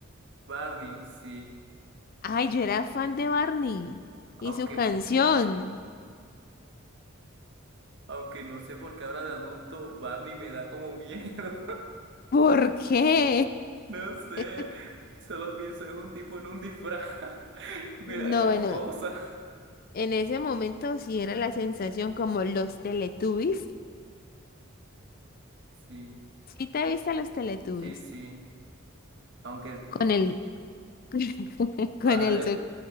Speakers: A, on the right; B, on the left.
A: Barney, sí.
B: Ay, yo era fan de Barney
A: Aunque,
B: y su canción.
A: aunque no sé por qué ahora de adulto Barney me da como <laughs> miedo.
B: ¿Por qué?
A: No sé,
B: <laughs>
A: solo pienso es un tipo en un disfraz. <laughs> Me
B: No,
A: da como
B: bueno,
A: cosa.
B: en ese momento sí era la sensación como los Teletubbies.
A: Sí,
B: Sí te viste a los Teletubbies
A: sí, sí. Aunque
B: con
A: ah,
B: el <laughs> con
A: vas
B: el
A: a, de-
B: sol-